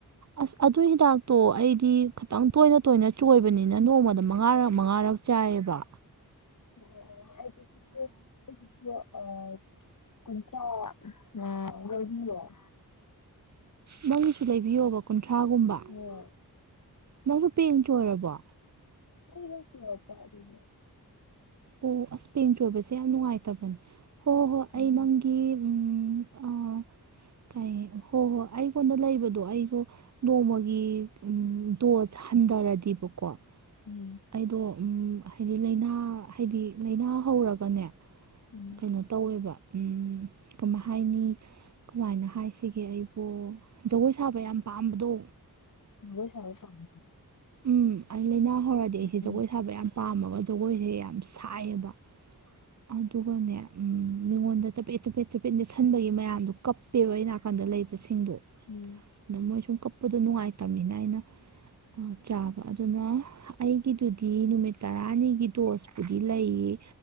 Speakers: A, on the right (about 45°); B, on the left (about 55°).
A: ꯑꯁ ꯑꯗꯨ ꯍꯤꯗꯥꯛꯇꯣ ꯑꯩꯗꯤ ꯈꯇꯪ ꯇꯣꯏꯅ ꯇꯣꯏꯅ ꯆꯣꯏꯕꯅꯤꯅ ꯅꯣꯡꯃꯗ ꯃꯉꯥꯔꯛ ꯃꯉꯥꯔꯛ ꯆꯥꯏꯕ
B: <unintelligible> <unintelligible> ꯂꯩꯕꯤꯌꫭ
A: ꯅꯪꯒꯤꯁꯨ ꯂꯩꯕꯤꯌꯣꯕ ꯀꯨꯟꯊ꯭ꯔꯥꯒꯨꯝꯕ ꯍꫭꯏ
B: ꯍꯣꯏ
A: ꯅꯪꯁꯨ ꯄꯦꯡ ꯆꯣꯏꯔꯕꯣ
B: ꯑꯩ ꯅꯠꯇ꯭ꯔꯣ ꯆꯥꯗꯣꯢꯁꯦ
A: ꯑꯣ ꯑꯁ ꯄꯦꯡ ꯆꯣꯏꯕꯁꯦ ꯌꯥꯝ ꯅꯨꯡꯉꯥꯏꯇꯕꯅꯦ ꯍꯣ ꯍꯣꯏ
B: ꯎꯝ
A: ꯑꯩ ꯅꯪꯒꯤ ꯎꯝ ꯑꯥ ꯀꯩ ꯍꯣ ꯍꯣꯏ ꯑꯩꯉꯣꯟꯗ ꯂꯩꯕꯗꯣ ꯑꯩꯗꯣ ꯅꯣꯡꯃꯒꯤ ꯎ ꯗꯣꯁ ꯍꯟꯊꯔꯗꯤꯕꯀꯣ
B: ꯎꯝ
A: ꯑꯩꯗꯣ ꯎꯝ ꯍꯥꯏꯗꯤ ꯂꯩꯅꯥ ꯍꯥꯏꯗꯤ ꯂꯥꯏꯅꯥ ꯍꯧꯔꯒꯅꯦ
B: ꯎꯝ
A: ꯀꯩꯅꯣ ꯇꯧꯋꯦꯕ ꯎꯝ ꯀꯃꯥꯏ ꯍꯥꯏꯅꯤ ꯀꯃꯥꯏꯅ ꯍꯥꯏꯁꯤꯒꯦ ꯑꯩ ꯑꯣ ꯖꯒꯣꯏ ꯁꯥꯕ ꯌꯥꯝ ꯄꯥꯝꯕꯗꯣ
B: ꯖꯒꯣꯢ ꯁꯥꯕ ꯄꯥꯝꯕ
A: ꯎꯝ ꯑꯩ ꯂꯩꯅ ꯍꯧꯔꯗꯤ ꯑꯩꯁꯦ
B: ꯎꯝ
A: ꯖꯒꯣꯏ ꯁꯥꯕ ꯌꯥꯝ ꯄꯥꯝꯃꯒ ꯖꯒꯣꯏꯁꯦ ꯌꯥꯝ ꯁꯥꯏꯌꯦꯕ ꯑꯗꯨꯒꯅꯦ ꯎꯝ ꯃꯤꯉꯣꯟꯗ ꯆꯄꯦꯠ ꯆꯄꯦꯠ ꯆꯄꯦꯠ ꯅꯦꯠꯁꯟꯕꯒꯤ ꯃꯌꯥꯝꯗꯣ ꯀꯞꯄꯦꯕ ꯑꯩ ꯅꯥꯀꯟꯗ ꯁꯤꯡꯗꯣ
B: ꯎꯝ
A: ꯑꯗ ꯃꯣꯏ ꯁꯨꯝ ꯀꯞꯄꯗꯣ ꯅꯨꯡꯉꯥꯏꯇꯕꯅꯤꯅ ꯑꯩꯅ ꯆꯥꯕ ꯑꯗꯨꯅ ꯑꯩꯒꯤꯗꯨꯗꯤ ꯅꯨꯃꯤꯠ ꯇꯔꯥꯅꯤꯒꯤ ꯗꯣꯁꯄꯨꯗꯤ ꯂꯩꯌꯦ